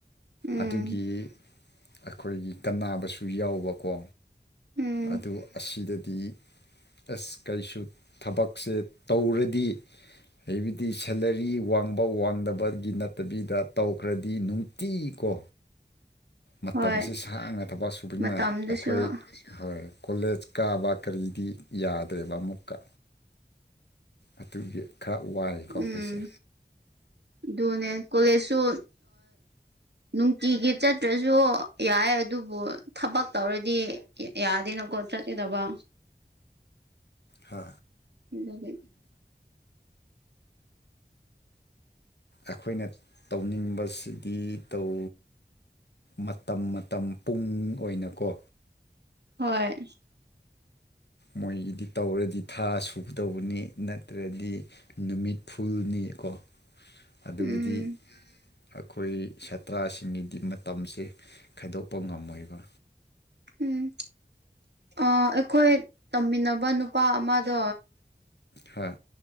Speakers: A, on the right; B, on the left.
A: ꯎꯝ
B: ꯑꯗꯨꯒꯤ ꯑꯩꯈꯣꯏꯒꯤ ꯀꯕꯁꯨ ꯌꯥꯎꯕꯀꯣ
A: ꯎꯝ
B: ꯑꯗꯨ ꯑꯁꯤꯗꯗꯤ ꯑꯁ ꯀꯔꯤꯁꯨ ꯊꯕꯛꯁꯦ ꯇꯧꯔꯗꯤ ꯍꯥꯏꯕꯗꯤ ꯁꯦꯂꯔꯤ ꯋꯥꯡꯕ ꯋꯥꯡꯗꯕꯒꯤ ꯅꯠꯇꯕꯤꯗ ꯇꯧꯈ꯭ꯔꯗꯤ ꯅꯨꯡꯇꯤ ꯀꯣ ꯃꯇꯝꯁꯦ
A: ꯍꯣꯏ
B: ꯁꯥꯡꯅ ꯊꯕꯛ ꯁꯨꯕꯅ
A: ꯃꯇꯝꯗꯨꯁꯨ
B: ꯑꯩꯈꯣꯏ ꯍꯣꯏ ꯀꯣꯂꯦꯖ ꯀꯥꯕ ꯀꯔꯤꯗꯤ ꯌꯥꯗ꯭ꯔꯦꯕ ꯑꯃꯨꯛꯀ ꯑꯗꯨꯒꯤ ꯈꯔ ꯋꯥꯏꯀꯣ
A: ꯎꯝ
B: ꯑꯩꯈꯣꯏꯁꯦ
A: ꯑꯗꯨꯅꯦ ꯀꯣꯂꯦꯖꯁꯨ ꯅꯨꯡꯇꯤꯒꯤ ꯆꯠꯇ꯭ꯔꯁꯨ ꯌꯥꯏ ꯑꯗꯨꯕꯨ ꯊꯕꯛ ꯇꯧꯔꯗꯤ ꯌꯥꯗꯦꯅ ꯀ ꯆꯗꯕ
B: ꯍ
A: ꯂꯩꯗꯤ
B: ꯑꯩꯈꯣꯏꯅ ꯇꯧꯅꯤꯡꯕꯁꯤꯗꯤ ꯇꯧ ꯃꯇꯝ ꯃꯇꯝ ꯄꯨꯡ ꯑꯣꯏꯅꯀꯣ
A: ꯍꯣꯏ
B: ꯃꯣꯏꯒꯤꯗꯤ ꯇꯧꯔꯗꯤ ꯊꯥ ꯁꯨꯒꯗꯧꯕꯅꯤ ꯅꯠꯇ꯭ꯔꯗꯤ ꯅꯨꯃꯤꯠ ꯐꯨꯜꯅꯤ ꯀꯣ ꯑꯗꯨꯕꯨꯗꯤ
A: ꯎꯝ
B: ꯑꯩꯈꯣꯏ ꯁꯥꯇ꯭ꯔꯁꯤꯡꯒꯤꯗꯤ ꯃꯇꯝꯁꯦ ꯈꯥꯏꯗꯣꯛꯄ ꯉꯝꯃꯣꯏꯕ
A: ꯎꯝ ꯑ ꯑꯩꯈꯣꯏ ꯇꯝꯃꯤꯟꯅꯕ ꯅꯨꯄꯥ ꯑꯃꯗꯣ
B: ꯍꯥ